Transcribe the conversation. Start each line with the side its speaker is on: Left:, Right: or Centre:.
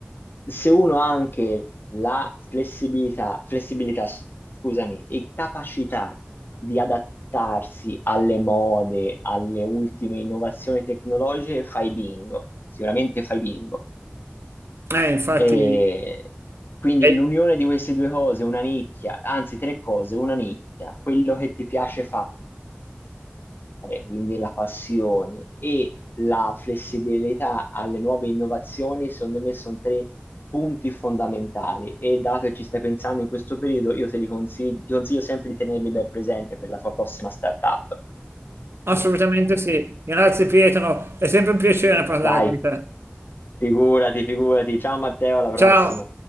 Left: se uno ha anche la flessibilità, flessibilità, scusami, e capacità di adattarsi alle mode, alle ultime innovazioni tecnologiche, fai bingo, sicuramente fai bingo.
Right: Eh, infatti,
Left: E quindi
Right: eh,
Left: l'unione di queste due cose, una nicchia, anzi tre cose, una nicchia, quello che ti piace fare, quindi la passione e la flessibilità alle nuove innovazioni, secondo me sono tre punti fondamentali e dato che ci stai pensando in questo periodo, io te li consiglio, ti consiglio sempre di tenerli ben presente per la tua prossima startup.
Right: assolutamente sì. Grazie Pietro, è sempre un piacere parlare
Left: Dai,
Right: con te.
Left: figurati, figurati. Ciao Matteo, alla prossima.
Right: Ciao.